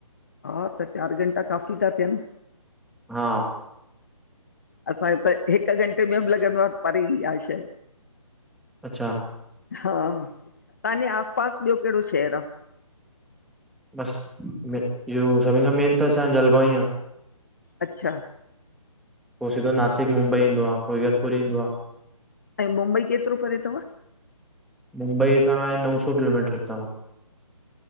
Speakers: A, on the left (about 30°); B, in the centre.
A: हा त चारि घंटा काफ़ी था थियनि
B: हा
A: असांखे त हिकु घंटे में बि लॻंदो आहे परे ई आहे शइ <inaudible>
B: अच्छा
A: हा तव्हांजे आस पास ॿियो कहिड़ो शहरु आहे
B: बसि इहो सभिनि खां मेन त असांजो जलगांव ई आ
A: अच्छा
B: पोइ सिधो नासिक मुंबई ईंदो आहे पोइ इगतपुर ईंदो आ
A: ऐं मुंबई केतिरो परे तव
B: मुंबई हितां आहे नौ सौ किलोमीटर तव